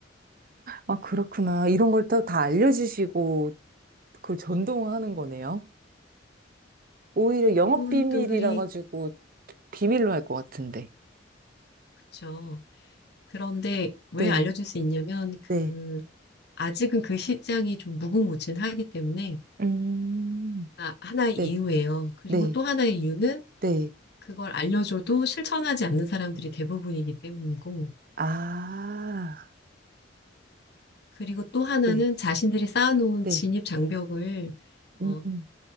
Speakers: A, on the right; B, on the left.
A: 아, 그렇구나. 이런 걸 또 다 알려주시고 그걸 전동하는 거네요. 오히려 영업
B: 그분들이
A: 비밀이라 가지고 비밀로 할 것 같은데.
B: 그쵸. 그런데 왜
A: 네,
B: 알려줄 수 있냐면 그
A: 네.
B: 아직은 그 시장이 좀 무궁무진하기 때문에
A: 음,
B: 아, 하나의
A: 네,
B: 이유예요. 그리고
A: 네,
B: 또 하나의 이유는
A: 네.
B: 그걸 알려줘도 실천하지 않는 사람들이 대부분이기 때문이고
A: 아,
B: 그리고 또 하나는
A: 네,
B: 자신들이 쌓아놓은
A: 네.
B: 진입 장벽을
A: 음,
B: 어,
A: 음.